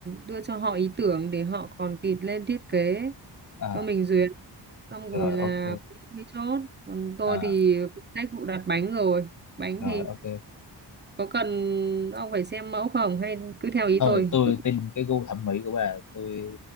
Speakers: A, on the right; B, on the left.
A: đưa cho họ ý tưởng để họ còn kịp lên thiết kế
B: à,
A: cho mình duyệt xong
B: rồi
A: rồi là
B: ok
A: mới chốt còn tôi
B: à,
A: thì phụ trách vụ đặt bánh rồi bánh
B: rồi
A: thì
B: ok
A: có cần ông phải xem mẫu không hay cứ theo ý
B: thôi
A: tôi
B: tôi
A: tôi
B: tin cái gu thẩm mỹ của bà tôi